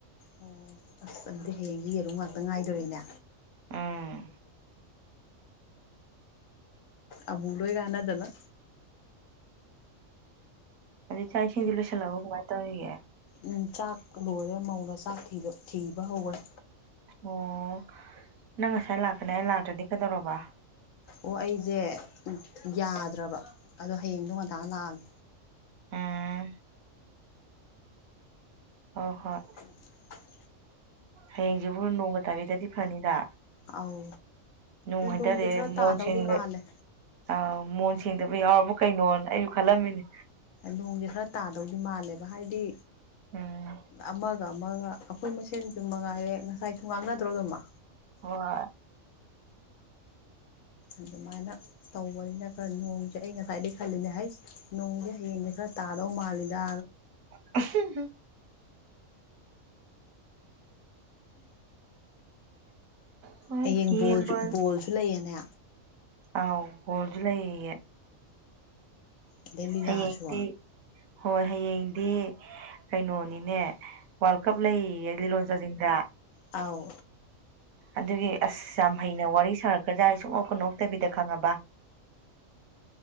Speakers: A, on the left; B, on the right.
A: ꯑꯣ ꯑꯁ ꯑꯗꯨꯗꯤ ꯍꯌꯦꯡꯒꯤ ꯌꯦꯔꯨꯝ ꯉꯥꯛꯇ ꯉꯥꯏꯗꯣꯔꯤꯅꯦ
B: ꯎꯝꯝ
A: ꯑꯕꯨꯂꯑꯕꯨ ꯂꯣꯏ ꯀꯅꯥꯗꯅ
B: ꯍꯧꯖꯤꯛ ꯆꯥꯛ ꯏꯁꯤꯡꯁꯤ ꯂꯣꯏꯁꯤꯜꯂꯛꯑꯕꯣ ꯀꯃꯥꯏꯅ ꯇꯧꯔꯤꯒꯦ
A: ꯎꯝ ꯆꯥꯛ ꯂꯣꯏꯔꯦ ꯃꯧꯅ ꯆꯥꯛ ꯊꯤꯕ ꯍꯧꯈ꯭ꯔꯦ
B: ꯑꯣ ꯅꯪ ꯉꯁꯥꯏ ꯂꯥꯛꯀꯅꯤ ꯑꯩ ꯂꯥꯛꯇ꯭ꯔꯗꯤ ꯀꯩꯗꯧꯔꯕ
A: ꯑꯣ ꯑꯩꯁꯦ ꯌꯥꯗ꯭ꯔꯕ ꯑꯗꯣ ꯍꯌꯦꯡꯗꯣ ꯉꯟꯇꯥ ꯂꯥꯛꯑꯒꯦ
B: ꯎꯃꯝ ꯑꯣ ꯍꯣꯏ
A: <unintelligible>
B: ꯍꯌꯦꯡꯁꯤꯕꯨ ꯅꯣꯡꯒ ꯇꯥꯕꯤꯗꯗꯤ ꯐꯅꯤꯗ
A: ꯑꯧ
B: ꯅꯨꯡ ꯍꯥꯏꯇꯥꯔꯦ
A: ꯅꯣꯡꯗꯤ ꯈꯔ
B: ꯃꯣꯟꯁꯤꯡꯗ
A: ꯇꯥꯗꯧꯗꯤ ꯃꯥꯜꯂꯦ
B: ꯑ ꯃꯣꯟ ꯁꯦꯡꯗꯕ ꯌꯥꯎꯔꯕ ꯀꯩꯅꯣꯅ ꯑꯩꯁꯨ ꯈꯜꯂꯝꯃꯤꯅꯦ
A: ꯅꯣꯡꯁꯦ ꯈꯔ ꯇꯥꯗꯧꯗꯤ ꯃꯥꯜꯂꯦꯕ ꯍꯥꯏꯗꯤ
B: ꯎꯝ
A: ꯑꯃꯒ ꯑꯃꯒ ꯑꯩꯈꯣꯏ ꯃꯁꯦꯟꯁꯨ ꯃꯉꯥꯏꯔꯦ ꯉꯁꯥꯏꯁꯨ ꯉꯥꯡꯅꯗ꯭ꯔꯣ ꯑꯗꯨꯃ
B: ꯍꯣꯏ
A: ꯑꯗꯨꯃꯥꯏꯅ ꯇꯧꯕꯅꯤꯅ ꯈꯔ ꯅꯣꯡꯁꯦ ꯑꯩ ꯉꯁꯥꯏꯗꯒꯤ ꯈꯜꯂꯤꯅꯦ ꯍꯥꯏꯁꯦ ꯅꯣꯡꯗꯤ ꯍꯌꯦꯡꯗꯤ ꯈꯔ ꯇꯥꯗꯧ ꯃꯥꯜꯂꯤꯗ
B: <unintelligible> ꯍꯣꯏ
A: ꯍꯌꯦꯡ ꯕꯣꯜꯁꯨ
B: ꯌꯦꯡꯕ
A: ꯕꯣꯜꯁꯨ ꯂꯩꯌꯦꯅꯦ
B: ꯑꯥꯎ ꯕꫭꯜꯁꯨ ꯂꯩꯌꯦ
A: ꯑꯗꯩ ꯂꯤꯂꯥꯁꯨ
B: ꯍꯌꯦꯡꯗꯤ ꯍꯣꯏ ꯍꯌꯦꯡꯗꯤ ꯀꯩꯅꯣꯅꯤꯅꯦ ꯋꯥꯜ ꯀꯞ ꯂꯩꯌꯦꯌꯦ ꯂꯤꯂꯣꯡ ꯆꯥꯖꯤꯡꯗ
A: ꯑꯥꯎ
B: ꯑꯗꯨꯒꯤ ꯑꯁ ꯌꯥꯝ ꯍꯩꯅ ꯋꯥꯔꯤ ꯁꯥꯔꯛꯀ꯭ꯔꯖꯥꯠ ꯁꯨꯡꯅꯣꯛꯀ ꯅꯣꯛꯇꯕꯤꯗ ꯈꯪꯉꯕ